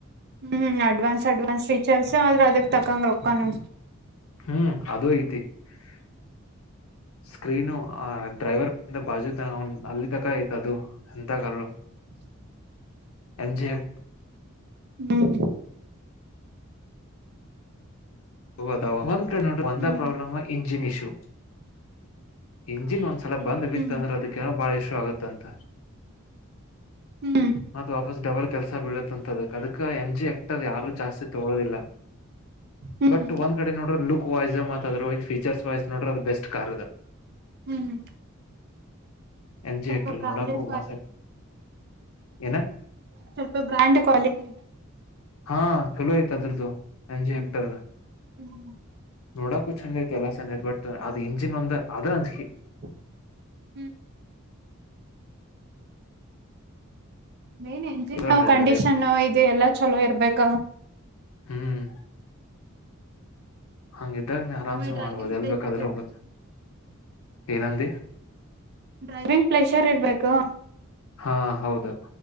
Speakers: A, on the right (about 50°); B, on the left (about 80°).
A: ಹ್ಮ್ ಅಡ್ವಾನ್ಸ್ ಅಡ್ವಾನ್ಸ್ ಫೀಚರ್ಸ ಆದ್ರೆ ಅದಕ್ ತಕಂಗ ರೊಕ್ಕಾನ
B: ಹ್ಮ್ <inaudible> ಸ್ಕ್ರೀನು ಆ ಡ್ರೈವರ್ ಕಂತ ಬಾಜು ತ ಅಲ್ಲಿ ತಕ ಐ್ತ ಅದು ಎಂತ ಕ
A: <inaudible>
B: ಎಜಿ <inaudible>
A: ಹ್ಮ್
B: ಹದ ಒಂದ
A: ಹ್ಮ್
B: ಪ್ರಾಬ್ಲಮ್ ಇಂಜಿನ್ ಇಶ್ಯೂ ಇಂಜಿನ್ ಇ ಸಲ ಬಂದ್ ಬಿತ್ತ
A: ಹ್ಮ್
B: ಅಂದ್ರೆ ಅದಕ್ಕಏನೋ ಬಾಳ ಇಶ್ಯ ಆಗತ್ತಂತ
A: ಹ್ಮ್ <inaudible>
B: ಮತ್ ವಾಪಸ್ ಡಬಲ್ ಕೆಲ್ಸ ಬೀಳತ್ ಅಂತದಕ್ ಅದಕ್ಕ ಎಂ ಜಿ ಹೆಕ್ಟರ್ ಯಾರು ಜಾಸ್ತಿ ತಗೋದಿಲ್ಲ
A: ಹ್ಮ್
B: ಬಟ್ ಒಂದ್ಡೆೋ್ರ ಲುಕ್ ವೈಸ್ ಮಾತದ್ ಇನ್ಫೀಚರ್ಸ್ ವೈಸ್ ನೋ್ರ ಅದು ಬೆಸ್ಟ್ ಕಾರ್ ಅದ
A: ಹ್ಮ್್ಮ
B: ಎಂ
A: ಸ್ವಲ್ಪ
B: ಜಿ ಆಕ್ಟರ್
A: ಬ್ರಾಂಡೆಡ್
B: ನೋಡಾಕು
A: ಕ್ವಾಲಿಟಿ
B: ಮಸ್ತ್ ಐತಿ ಏನ
A: ಸ್ವಲ್ಪ ಬ್ರ್ಯಾಂಡ್ ಕ್ವಾಲಿಟಿ
B: ಹಾ ಚಲೋ ಐತ ಅದ್ರ್ದು ಅಜ
A: ಹ್ಮ್
B: ಹೆಕ್ಟರ್
A: ಹ್ಮ್
B: ನೋಡಕು ಚಂದ ಐ ಕೆ ಎಾ ಚಂದ ಐ ಬಟ್ ಅದು ಇಂಜಿನ್ ಒಂದ ಅದು ಅಂಜಿಕಿ
A: ಹ್ಮ್ ಮೇನ್ ಎಂಜಿನ್
B: ಇದ್ರ ಹಳ್ಳಿ
A: ಕಂಡೀಷನ್
B: ಕಡೆ
A: ಇದು ಎಲ್ಲಾ ಚಲೋ ಇರ್ಬೇಕ
B: ಹ್ಮ್ ಹಂಗಿದ್ದಾಗ ನೀ ಆರಾಮ್ಸ
A: ಆಮೇಲೆ ಡ್ರೈವಿಂಗ್
B: ಮಾಡ್ಬೋದು ಎಲ್
A: ಪ್ಲೇಸರ್
B: ಬೇಕಾದ್ರೆ
A: ಇರ್ಬೇಕು
B: ಹೋಗುತ್ತೆ ಏನಂದಿ
A: ಡ್ರೈವಿಂಗ್ ಪ್ಲಷರ್ ಇರ್ಬೇಕು
B: ಹಾ ಹೌದು